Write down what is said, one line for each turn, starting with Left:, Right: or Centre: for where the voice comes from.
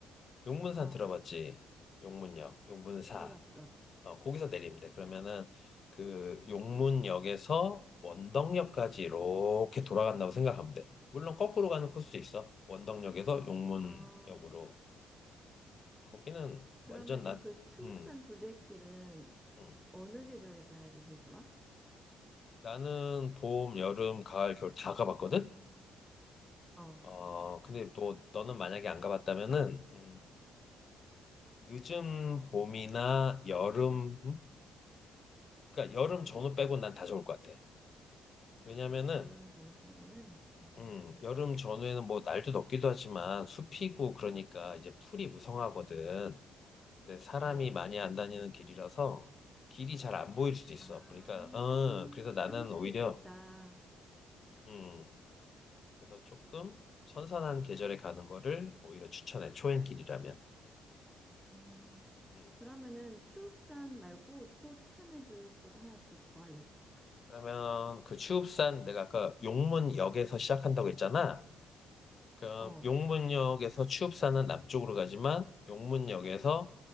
Left: 용문산
Centre: 어,
Left: 들어봤지? 용문역, 용문사.
Centre: 들어봤어.
Left: 어, 거기서 내리면 돼. 그러면은 그
Centre: 음,
Left: 용문역에서 원덕역까지 이렇게 돌아간다고 생각하면 돼. 물론 거꾸로 가는 코스도 있어. 원덕역에서 용문역으로.
Centre: 어,
Left: 거기는
Centre: 그러면은
Left: 완전 나,
Centre: 그 추읍산
Left: 음,
Centre: 둘레길은
Left: 음.
Centre: 어느 계절에 가야지 제일 좋아?
Left: 나는 봄, 여름, 가을, 겨울 다 가봤거든?
Centre: 어,
Left: 어, 근데 또 너는 만약에 안 가봤다면은, 음, 늦은 봄이나 여름, 음? 그러니까 여름
Centre: 어,
Left: 전후 빼고 난 다 좋을 것 같아. 왜냐면은
Centre: 여름 전후 빼고는, 어,
Left: 음, 여름 전후에는 뭐 날도 덥기도 하지만 숲이고 그러니까 이제 풀이 무성하거든. 근데 사람이
Centre: 어,
Left: 많이 안 다니는 길이라서 길이 잘 안 보일 수도 있어.
Centre: 아,
Left: 그러니까, 어, 그래서 나는
Centre: 그럴 수도
Left: 오히려,
Centre: 있겠다.
Left: 음, 그래서 조금 선선한 계절에 가는 거를 오히려 추천해. 초행길이라면.
Centre: 음,
Left: 음.
Centre: 그러면은 추읍산 말고 또 추천해줄 곳 하나 또 더 알려줘봐.
Left: 그러면 그 추읍산 내가 아까 용문역에서 시작한다고 했잖아. 그
Centre: 어,
Left: 용문역에서 추읍산은 남쪽으로 가지만 용문역에서